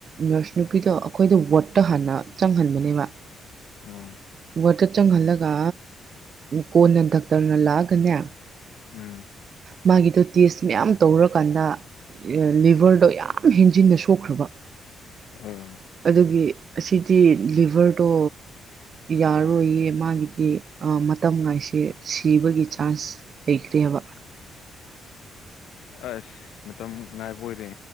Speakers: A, on the right (about 50°); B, on the left (about 80°).
A: ꯅꯥꯔꯁ ꯅꯨꯄꯤꯗꯣ ꯑꯩꯈꯣꯏꯗꯣ ꯋꯥꯔꯠꯇ ꯍꯥꯟꯅ ꯆꯪꯍꯟꯕꯅꯦꯕ
B: ꯎꯝ
A: ꯋꯥꯔꯗꯠꯇ ꯆꯪꯍꯜꯂꯒ ꯀꯣꯟꯅ ꯗꯥꯛꯇꯔꯅ ꯂꯥꯛꯑꯒꯅꯦ
B: ꯎꯝ
A: ꯃꯥꯒꯤꯗꯣ ꯇꯦꯁ ꯃꯌꯥꯝ ꯇꯧꯔꯀꯥꯟꯗ ꯂꯤꯚꯔꯗꯣ ꯌꯥꯝ ꯍꯦꯟꯖꯤꯟꯅ ꯁꯣꯛꯈ꯭ꯔꯕ
B: ꯑ
A: ꯑꯗꯨꯒꯤ ꯑꯁꯤꯗꯤ ꯂꯤꯚꯔꯗꯣ ꯌꯥꯔꯔꯣꯏꯌꯦ ꯃꯥꯒꯤꯗꯤ ꯑꯥ ꯃꯇꯝ ꯉꯥꯏꯁꯦ ꯁꯤꯕꯒꯤ ꯆꯥꯟꯁ ꯂꯩꯈ꯭ꯔꯦꯕ
B: ꯑꯁ ꯃꯇꯝ ꯉꯥꯏꯕ ꯑꯣꯏꯔꯦ